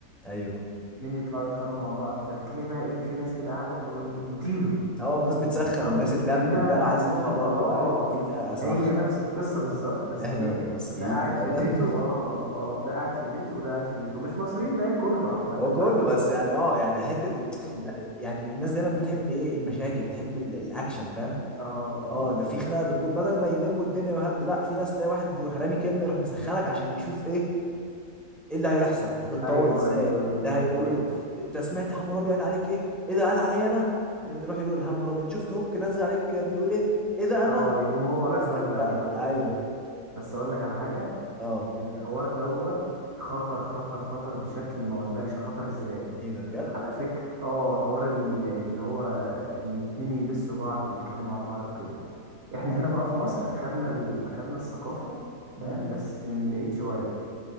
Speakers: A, in the centre; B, on the right.
A: ايوه
B: اتنين يطلعوا يتخانقوا مع بعض فبتلاقي بقى ايه في ناس كده قاعده اللي هو ايه اديله
A: اه ناس بتسخن
B: يلا
A: وناس اتلمت
B: خناقة
A: بقى عايز
B: خناقة
A: يتفرجوا
B: اه
A: ايوه
B: وناس
A: خناقه صح
B: هي نفس القصة بالظبط بس
A: احنا
B: ايه
A: المصريين
B: ده قاعد
A: فعلا
B: في بيته اه اه ده قاعد في بيته وده قاعد في بيته مش مصريين ده كله
A: <laughs>
B: عامة
A: هو كله
B: حتى برضه
A: بس يعني اه يعني حته
B: مم.
A: لا، يعني الناس دايما بتحب ايه المشاكل تحب ال- الاكشن فاهم
B: اه اه
A: اه ده في خناقه
B: بس-
A: بتدور بدل ما يلموا الدنيا ويهد لا في ناس تلاقي واحد بيروح رامي كلمه يروح مسخنك عشان يشوف ايه ايه اللي هيحصل هتتطور
B: ايوه
A: ازاي
B: ايوه ايوه
A: ده هيقول
B: ايوه ايوه
A: ايه انت سمعت حمورابي قال عليك ايه ايه ده قال عليا انا انت روح يقول حمورابي انت شفت هوك نزل عليك بيقول ايه ايه ده انا
B: اه يقوم
A: وتسخن
B: هو رايح رادد عليه
A: بقى
B: بقى
A: ايوه
B: بس اقول لك على حاجة
A: اه
B: الحوار دوت خطر خطر خطر بشكل ما اقولكش خطر ازاي
A: ايه ده بجد
B: على فكرة اه حوار ال- اللي هو ان اتنين يدسوا بعض ويتكلموا على بعض وكده احنا هنا بقى في مصر اخدنا ال... اخدنا الثقافة
A: امم
B: فاهم بس من بعيد شوية